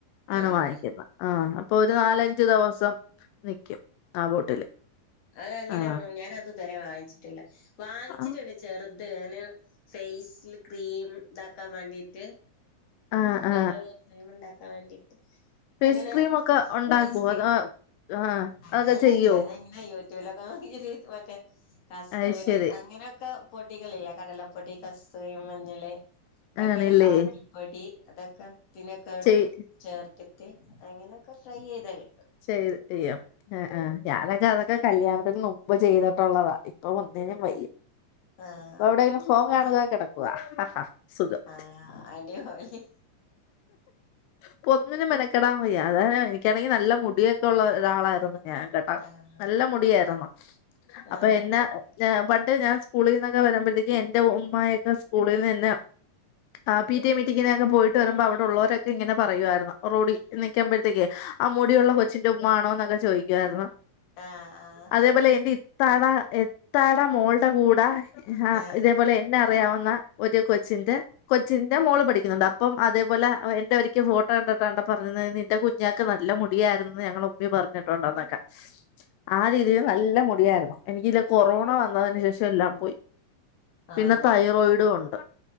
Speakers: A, on the left (about 85°); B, on the left (about 50°).
A: ആണ്
B: ആഹ്
A: വാങ്ങിക്കുന്നത് ആ അപ്പൊ ഒരു നാലഞ്ചു ദിവസം നിക്കും. ആ ബോട്ടില്.
B: അത് അങ്ങനെ
A: ആ
B: ഞാൻ അതിഥുവരെ വാങ്ങിച്ചിട്ടില്ല. വാങ്ങിച്ചിട്ടുണ്ട്
A: ആ
B: ചെറുത് അയിന് ഫേസ്ൽ ക്രീം ഇ ണ്ടാക്കാൻ വേണ്ടിട്ട്.
A: ആ ആ
B: <unintelligible> മുണ്ടാക്കാൻ വേണ്ടി
A: ഫേസ്
B: അങ്ങനെ
A: ക്രീം ഒക്കെ ഉണ്ടാക്കുവോ
B: ഫേസ്ക്രീ
A: അതോ ആ
B: അങ്ങനെയല്ല
A: അതൊക്കെ ചെയ്യോ
B: <unintelligible> <unintelligible> മറ്റേ കസ്തൂരി
A: അത് ശരി
B: അങ്ങനെയൊക്കെ പൊടികളില്ലേ കടലപ്പൊടി കസ്തൂരി മഞ്ഞള് അങ്ങനെ
A: ആണല്ലേ
B: കാപ്പിപ്പൊടി അതൊക്കെ കത്തിനക്കെടും
A: ചെയ്
B: ചേർത്തിട്ട് അങ്ങനെയൊക്കെ ട്രൈ ചെയ്താല്
A: ചെയ്ത് ചെയ്യാം ഞാനൊക്കെ അതൊക്കെ കല്യാണത്തിന് മുമ്പ് ചെയ്തിട്ടുള്ളതാ അപ്പൊ ഒന്നിനും വയ്യ
B: ആഹ്
A: ഇപ്പൊ എവിടെങ്കിലും ഫോൺ കാണുക
B: ആഹ്
A: കിടക്കുക ഹഹ. സുഖം
B: ആഹ് അടിപൊളി
A: ഇപ്പൊന്നിനും മെനക്കെടാൻ വയ്യ അതാണ്. എനിക്കാണെങ്കി നല്ല മുടിയൊക്കെ ഉള്ള ഒരാളായിരുന്നു ഞാൻ കേട്ടാ
B: ആഹ്
A: നല്ല മുടിയാരുന്നു. അപ്പൊ
B: ആഹ്
A: എന്നാ ന്ന പണ്ട് ഞാൻ സ്കൂളീന്ന്. ഒക്കെ വരുമ്പഴത്തേക്ക് എന്റെ ഉമ്മായൊക്കെ സ്കൂളീന്ന് എന്നെ. ആഹ് പി ടി എ മീറ്റിങ്ങിനൊക്കെ പോയിട്ട് വരുമ്പോ അവിടെ ഉള്ളവരൊക്കെ ങ്ങനെ പറയുമായിരുന്നു. റോഡി നിക്കുമ്പോഴത്തേക്കേ ആഹ് മുടിയുള്ള കൊച്ചിന്റെ ഉമ്മ ആണോ ന്നൊക്കെ ചോദിക്കുവാരുന്നു.
B: ആഹ്
A: അതേപോലെ എന്റെ ഇത്താണ ത്താടെ മോൾടെ കൂടെ ആഹ്
B: ഏഹ്
A: ഇതേപോലെ എന്നെ അറിയാവ ന്ന ഒരു കൊച്ചിന്റെ കൊച്ചിന്റെ മോള് പഠിക്കുന്നുണ്ട് അപ്പം അതേപോലെ എന്റെ ഒരിക്ക ഫോട്ടോ കണ്ടട്ട് ണ്ടപ്പം. അന്നാരം നിന്റെ കുഞ്ഞാക്ക് നല്ല മുടിയായിരുന്ന് ഞങ്ങൾ ഉമ്മി പറഞ്ഞിട്ടുണ്ടെന്നൊക്കെ. ആഹ് രീതിൽ നല്ല മുടിയായിരുന്നു. എനിക്ക്ല്ലേ കൊറോണ വന്നതിന് ശേഷം എല്ലാം പോയി. പിന്നെ
B: ആഹ്
A: തൈറോയിഡുണ്ട്.